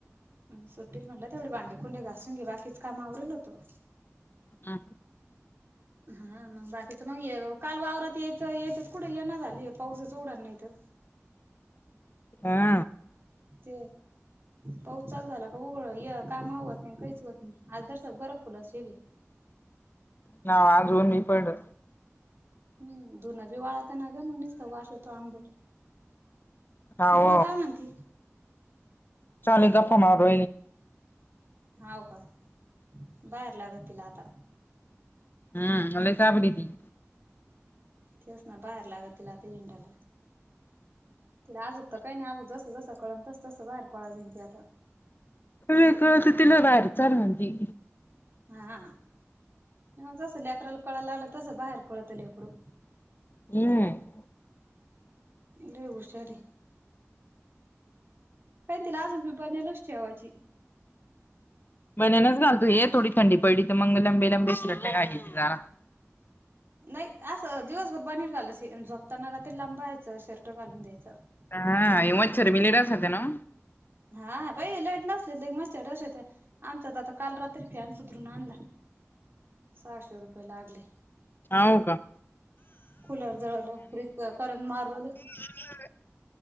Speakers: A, on the right (about 50°); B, on the left (about 45°).
A: सुट्टल म्हटलं तेवढे भांडेकुंडे घासून घे बाकीच काम आवरीलल होतो.
B: हा.
A: हा मग बाकीच मग काल वावरात यायचं यायचंच कुठं ये ना झालीय पावसाच उडाण नाही तर.
B: हा.
A: च. पाऊस चालू झाला का उघळ कामा आवरत नाही काहीच होत नाही आज जर सगळ बरं खुलं असेल.
B: ना आज होऊन मी पड.
A: हम् धुूनं बी वाळाताना ग मग नुसता वास आंबट.
B: हाव..
A: बघा काय म्हणती
B: चाले गप्पा मारू
A: हाव का बाहेर लागत तिला आता.
B: हम्म आले साबडी ती.
A: तेवस ना बाहेर लागत तुला आता हिंडायला. तिला आजूक तर काही नाही जसं जसं कळन तसंसं बाहेर पड जाईन ती आता.
B: क कळत तिला बाहेर चाल म्हणती.
A: हा जस लेकराला कळायला लागलं तस बाहेर पडत लेकरू.
B: हम्म.
A: लय हुशार हे काय तीला आजू बी बन्यनच अस ठेवायची.
B: बन्यनच घालतो हे थोडी थंडी पडली तर मग लंबी लंबी शर्ट घालीती जरा.
A: नाही अस दिवसभर बन्यन घाल असे झोपताना रात्री लांब बाह्या च यायचं शर्ट घालून द्यायचं.
B: हा येव मच्छरभी ना.
A: हा बाई लाईट नसले मच्छर <unintelligible> त्या आमचा तर आता काल रात्री फॅन सुधरून आणला सहाशे रुपये लागले.
B: हावू का.
A: कुलर जळाल फ्रिज करंट मारू आले.
B: ह.